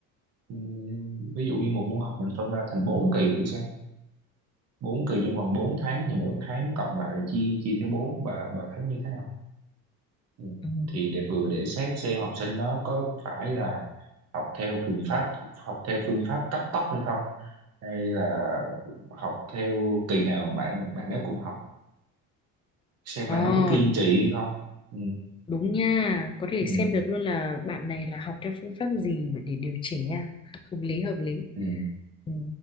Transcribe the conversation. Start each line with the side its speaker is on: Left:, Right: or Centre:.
Right: Ừ, ví dụ như một môn học mình phân ra thành 4 kỳ buổi sáng bốn kỳ trong vòng 4 tháng thì mỗi tháng cộng lại rồi chia chia cho bốn bà bà thấy như thế nào ừ.
Left: Ừ.
Right: thì để vừa để xét xem học sinh nó có phải là học theo phương pháp học theo phương pháp cấp tốc hay không hay là học theo kỳ nào bạn bạn đó cũng học xem
Left: Ừ.
Right: bạn đó có kiên trì hay không ừ.
Left: Đúng nha, có thể
Right: Ừ.
Left: xem được luôn là bạn này là học theo phương pháp gì để để điều chỉnh nha. Hợp lý, hợp lý.
Right: Ừ.
Left: Ừ.